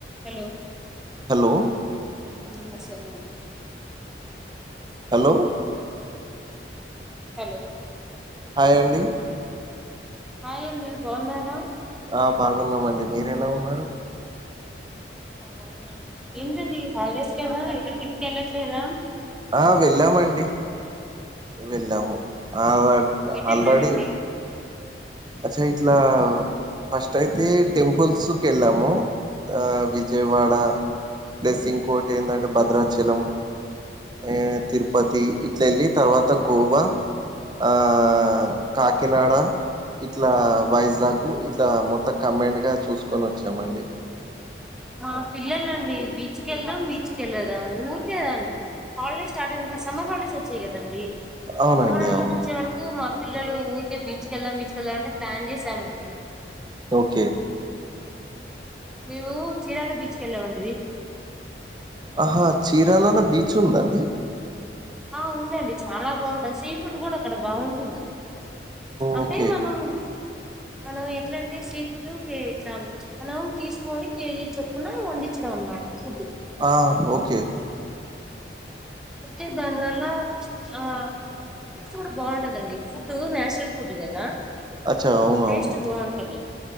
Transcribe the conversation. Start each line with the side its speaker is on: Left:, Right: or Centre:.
Centre: Hello
Right: hello
Centre: న్న వష <inaudible>
Right: hello
Centre: hello
Right: hi అండి
Centre: hi అండి బావున్నారా
Right: ఆ బాగున్నామండి మీరు ఎలా ఉన్నారు
Centre: ఆ బాగున్న నండి ఏంటండి హాలిడేస్ కదా ఎక్కడికి ట్రిప్కి వెళ్ళట్లేదా
Right: ఆ వెళ్ళామండి వెళ్ళాము ఆ
Centre: ఎటు వెళ్ళారండి
Right: ఆల్రెడి అచ్చ ఇట్లా ఫస్ట్ అయితే టెంపుల్స్కి వెళ్ళాము ఆ విజయవాడ ప్లస్ ఇంకోటి ఏంధంటే భద్రాచలం ఏ తిరుపతి ఇట్ల వెళ్ళి తర్వాత గోవా ఆ కాకినాడ ఇట్లా వైజాగ్ ఇట్లా మొత్తం కంబైన్డ్ గా చూసుకొని వచ్చామండి
Centre: మా పిల్లలండి బీచ్ క వెళ్దాం బీచ్ కి వెళ్ళదాం ఊరికే అదేండి హాలిడేస్ స్టార్ట్ అయిందిక సమ్మర్ హాలిడేస్ వచ్చాయి కదండి
Right: అవునండి
Centre: సమ్మర్ హాలిడేస్
Right: అవును
Centre: వచ్చే వరకు మా పిల్లలు ఊరికే బీచ్కెళ్దాం బీచ్కెళ్దాం అంటే ప్లాన్ చేశామండి
Right: ఓకే
Centre: మేము చీరాల బీచ్ కి వెళ్ళా మండి
Right: ఆహా చీరాలలో బీచ్ ఉందా అండి
Centre: ఆ ఉందండి చాలా బాగుంటది సీ ఫుడ్ కూడా అక్కడ బాగుంటుంది అంటే
Right: ఓకే.
Centre: మనం మనం ఎట్లా అంటే సీ ఫుడ్ కే ఇట్లా మనం తీసుకొని కేజీ చొప్పున వండిచినం అనమాట చెద్దు <unintelligible>
Right: ఆ ఓకే
Centre: అయితే దానివల్ల చ్ ఆ టేస్ట్ కూడా బాగుంటదండి ఫుడ్ నాచురల్ ఫుడ్ కదా
Right: అచ్చా! అవును.
Centre: టేస్ట్
Right: అవును.
Centre: బాగుంటది